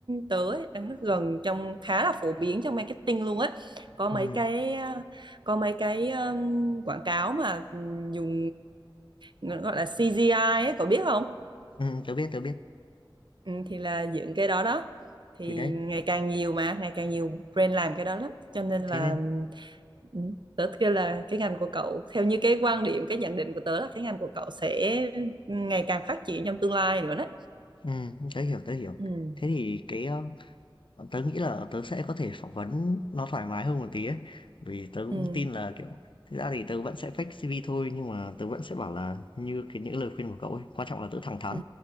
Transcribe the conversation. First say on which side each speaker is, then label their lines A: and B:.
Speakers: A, on the right; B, on the left.
A: tớ ấy, đang rất gần trong khá là phổ biến trong marketing luôn á. Có mấy
B: Ừm,
A: cái ờ, có mấy cái um, quảng cáo mà dùng gọi là CGI ấy, cậu biết không?
B: ừm, tớ biết, tớ biết.
A: Ừ, thì là dựng cái đó đó thì
B: Thì đấy,
A: ngày càng nhiều mà ngày càng nhiều brand làm cái đó lắm cho nên
B: thế
A: là
B: nên
A: ừ, tớ kêu là cái ngành của cậu theo như cái quan điểm cái nhận định của tớ là cái ngành của cậu sẽ ngày càng phát triển trong tương lai nữa đó
B: ừm, tớ hiểu, tớ hiểu.
A: ừ,
B: Thế thì cái, Tớ nghĩ là tớ sẽ có thể phỏng vấn nó thoải mái hơn một tí ấy, vì tớ cũng
A: ừ,
B: tin là, kiểu thực ra thì tớ vẫn sẽ fake CV thôi, nhưng mà tớ vẫn sẽ bảo là như cái những lời khuyên của cậu ấy, quan trọng là tớ thẳng thắn,
A: ừ,